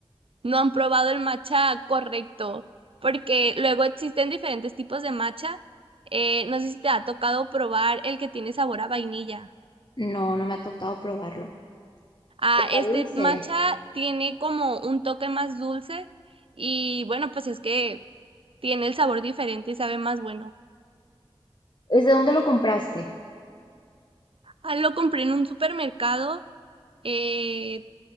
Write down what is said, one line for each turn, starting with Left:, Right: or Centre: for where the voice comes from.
Right: no han probado el matcha correcto, porque luego existen diferentes tipos de matcha. Eh, no sé si te ha tocado probar el que tiene sabor a vainilla.
Left: No, no me ha tocado probarlo.
Right: Ah,
Left: Está
Right: este
Left: dulce.
Right: matcha tiene como un toque más dulce y bueno, pues es que tiene el sabor diferente y sabe más bueno.
Left: ¿Desde dónde lo compraste?
Right: Ah, lo compré en un supermercado. eh,